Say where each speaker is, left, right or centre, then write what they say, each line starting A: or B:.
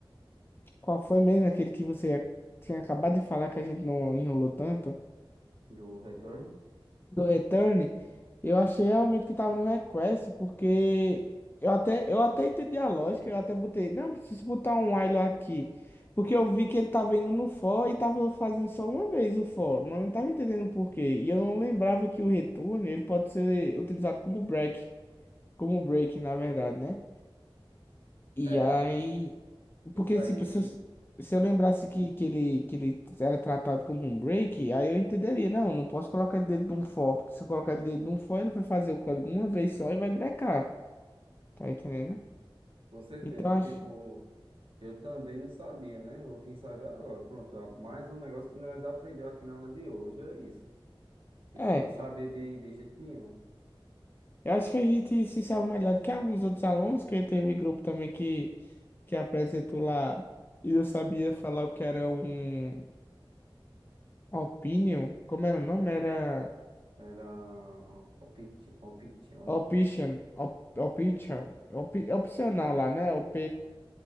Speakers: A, on the left; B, on the right.
A: qual foi mesmo aquele que você tinha acabado de falar que a gente não enrolou tanto?
B: Do return.
A: do Return, eu achei realmente que tava no request, porque eu até, eu até entendi a lógica, eu até botei, não, preciso botar um while aqui, porque eu vi que ele tava indo no for e tava fazendo só uma vez o for, mas eu não tava entendendo por quê, e eu não lembrava que o return, ele pode ser utilizado como break, como break, na verdade, né? E
B: É,
A: aí
B: Isso
A: porque,
B: aí,
A: tipo, se eu, se eu lembrasse que, que, ele, que ele era tratado como um break, aí eu entenderia. Não, não posso colocar ele dentro de um for, porque se eu colocar ele dentro de um for, ele vai fazer o código uma vez só e vai brecar. Tá entendendo?
B: com certeza.
A: Então, acho.
B: E tipo. Eu também não sabia, né? Eu vim saber agora. Pronto, ó, mais um negócio que nós aprendeu aqui na aula de hoje é isso. Tipo,
A: É,
B: eu não sabia de, de jeito nenhum.
A: eu acho que a gente se sabe melhor do que alguns outros alunos, que teve grupo também que, que apresentou lá e eu sabia falar o que era um opinion. Como era o nome? Era.
B: Era opti- optione,
A: Option, op, option, op, opcional lá, né? Op,